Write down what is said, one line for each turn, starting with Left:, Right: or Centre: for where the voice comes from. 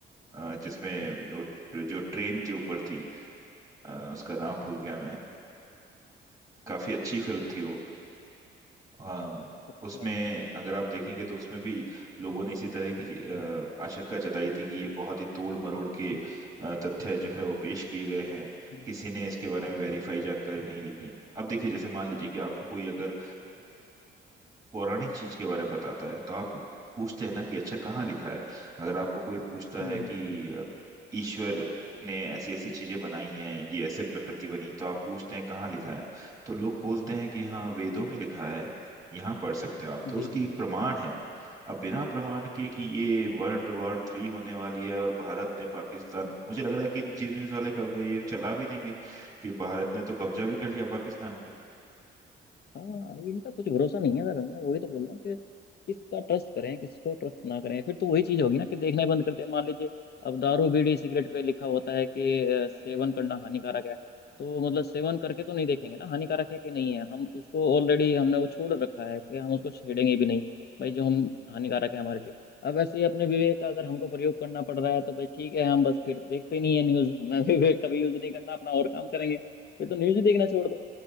Right: अ, जिसमें वो- जो ट्रेन के ऊपर थी अ, उसका नाम भूल गया मैं काफी अच्छी फिल्म थी वो अम,
Left: अच्छा
Right: उसमें अगर आप देखेंगे तो उसमें भी लोगों ने इसी तरह की अ, आशंका जताई थी कि ये बहुत ही तोड़ मरोड़ के अ, तथ्य जो है वो पेश किए गए हैं
Left: हम्म
Right: किसी ने इसके बारे में वेरीफाई जानकारी नहीं लिखी अब देखिए जैसे मान लीजिए कि आपको कोई अगर पौराणिक चीज के बारे में बताता है तो आप पूछते हैं ना कि अच्छा कहाँ लिखा है अगर आपको कोई पूछता
Left: हम्म,
Right: है
Left: हम्म,
Right: कि अ, ईश्वर ने ऐसी ऐसी चीजें बनाई हैं ये ऐसे प्रकृति बनी तो आप पूछते हैं कहाँ लिखा है तो लोग बोलते हैं कि हाँ वेदों में लिखा है यहाँ पढ़ सकते हो आप तो
Left: जी
Right: उसकी
Left: जी
Right: एक प्रमाण है अब बिना प्रमाण के कि ये वर्ल्ड वॉर थ्री होने वाली है और भारत ने पाकिस्तान
Left: हम्म,
Right: मुझे
Left: हम्म।
Right: लग रहा है कि जी न्यूज वाले कल को ये चला भी देंगे कि भारत ने तो कब्जा भी कर लिया पाकिस्तान पे
Left: हाँ इनका कुछ भरोसा नहीं है सर मैं वही तो बोल रहा हूँ कि किसका ट्रस्ट करें किसको ट्रस्ट ना करें फिर तो वही चीज होगी ना कि देखना ही बंद करते हैं मान लीजिए अब दारू बीड़ी सिगरेट पे लिखा होता है कि अ, सेवन करना हानिकारक है तो मतलब सेवन करके तो नहीं देखेंगे ना हानिकारक है कि नहीं है हम उसको ऑलरेडी हमने वो छोड़ रखा है कि हम उसको छेड़ेंगे भी नहीं भाई जो हम हानिकारक है हमारे लिए अब ऐसे ही अपने विवेक का अगर हमको प्रयोग करना पड़ रहा है तो भाई ठीक है हम बस फिर देखते ही नहीं है न्यूज हमें <laughs> विवेक का भी यूज नहीं करना अपना और काम करेंगे फिर तो न्यूज ही देखना छोड़ दो